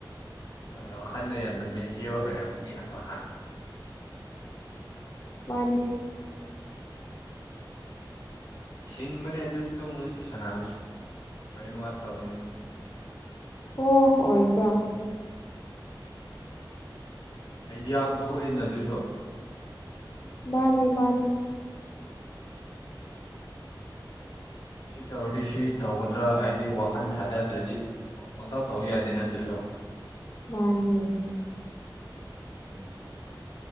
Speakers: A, on the left (about 85°); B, on the left (about 40°).
A: ꯍꯣꯏ ꯋꯥꯈꯜꯗ ꯌꯥꯝꯅ ꯃꯦꯆꯤꯌꯣꯔ ꯑꯣꯏꯔꯛꯄꯅꯤꯅꯀꯣ ꯍꯥ
B: ꯃꯥꯅꯦ
A: ꯎꯝ ꯁꯤꯡꯕꯅꯦ ꯑꯗꯨ ꯑꯗꯨꯒꯕꯁꯨ ꯁꯥꯟꯅꯕꯁꯦ ꯕ꯭ꯔꯦꯟ ꯋꯥꯁ ꯇꯧꯕꯅꯦꯕ
B: ꯍꯣ ꯑꯣꯏꯕ꯭ꯔꯥ
A: ꯑꯥꯏꯗꯤꯌꯥ ꯄꯨꯊꯣꯛꯑꯦꯅ ꯑꯗꯨꯁꯨ
B: ꯃꯥꯅꯦ ꯃꯥꯅꯦ <unintelligible>
A: ꯁꯤ ꯇꯧꯔꯗꯤ ꯁꯤ ꯇꯧꯒꯗ꯭ꯔꯥ ꯍꯥꯏꯗꯤ ꯋꯥꯈꯜ ꯊꯥꯗꯗ꯭ꯔꯗꯤ ꯄꯪꯇꯥꯎ ꯇꯧ ꯌꯥꯗꯦ ꯅ ꯑꯗꯨꯁꯨ
B: ꯃꯥꯅꯤ
A: ꯎꯝ